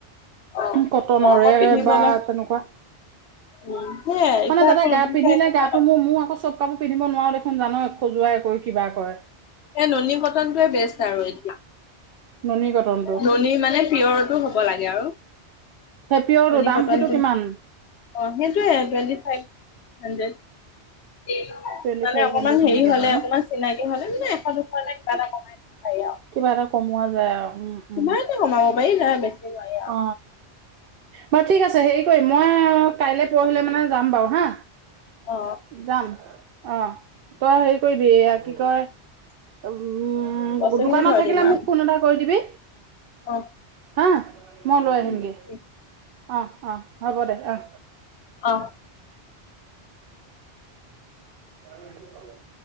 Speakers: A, on the left; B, on the right.
A: অ অ
B: কটনৰে
A: এই গৰমত পিন্ধিবলৈ
B: বা তেনেকুৱা
A: উম সেয়াই এতিয়া
B: মানে যাতে
A: আকৌ
B: গাত
A: নতুনকে
B: পিন্ধিলে,
A: এতিয়া
B: গাটো মোৰ, মোৰ আকৌ চব কাপোৰ পিন্ধিব নোৱাৰো দেখোন জানই খজুৱাই কৈ কিবা কৰে।
A: এ, ননী কটনটোৱে বেষ্ট আৰু এতিয়া।
B: ননী কটন।
A: ননী মানে পিয়ৰটো হ'ব লাগে আৰু
B: সেই পিয়ৰটো
A: ননী
B: দাম
A: কটনটো
B: সেইটো কিমান?
A: অ, সেইটোৱে twenty five, thousand.
B: Twenty
A: মানে
B: five
A: অকমান
B: হাণ্ড্ৰেড
A: হেৰি
B: সেনেকে
A: হ'লে,
B: হয় ন?
A: অকমান চিনাকি হ'লে মানে এশ, দুশৰ কিবা এটা কমাই দিব পাৰি আৰু।
B: কিবা এটা কমোৱা যায় আৰু উম, উম।
A: কিমানো কমাব পাৰি, নে বেছি নোৱাৰি
B: অ,
A: আৰু
B: বাৰু ঠিক আছে, হেৰি কৰিম মই কাইলৈ, পুৰহিলৈ মানে যাম বাৰু হা।
A: অ
B: যাম। অ', তই হেৰি কৰিবি, এয়া কি কয়, উম উম,
A: বস্তুখিনি
B: দোকানত
A: থৈ
B: থাকিলে
A: দিম আৰু
B: মোক ফোন এটা কৰি দিবি।
A: <unintelligible>
B: হা, মই লৈ
A: উম
B: আহিমগে।
A: উম,
B: অ', অ', হ'ব দে অ'।
A: অ'।
B: <unintelligible>